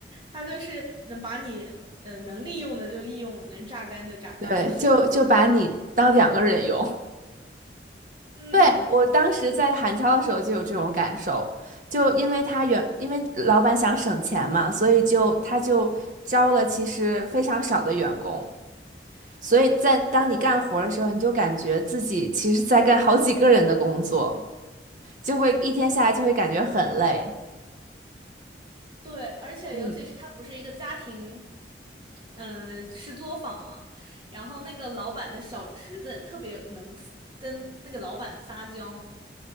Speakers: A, on the right; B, on the right.
A: 他就是能把你呃能利用的就利用了，能榨干的榨干了。
B: 对，就就把你当两个人用。<laughs>
A: <laughs> 嗯，
B: 对，我当时在韩超的时候就有这种感受，就因为他原因为老板想省钱嘛，所以就他就招了其实非常少的员工，所以在当你干活儿的时候，你就感觉自己其实在干好几个人的工作。就会一天下来就会感觉很累。
A: 对，而且尤其是他不是一个家庭，
B: 嗯，
A: 嗯、是作坊嘛，然后那个老板的小侄子特别能撒跟那个老板撒娇，